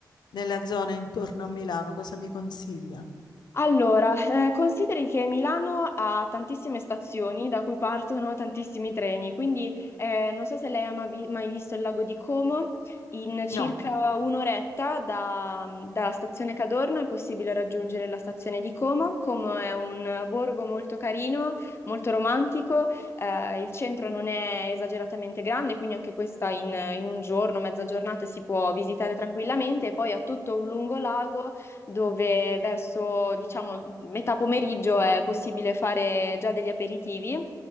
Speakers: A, on the left; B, on the left.
A: nella zona intorno a Milano? Cosa mi consiglia?
B: Allora, eh, consideri che Milano ha tantissime stazioni da cui partono tantissimi treni, quindi eh, non so se lei ha ma- vi- mai visto il lago di Como, in circa
A: No.
B: un'oretta da- dalla stazione Cadorno è possibile raggiungere la stazione di Como. Como è un borgo molto carino, molto romantico, eh, il centro non è esageratamente grande, quindi anche questa in, in un giorno, mezza giornata si può visitare tranquillamente e poi ha tutto un lungo lago dove verso, diciamo, metà pomeriggio è possibile fare già degli aperitivi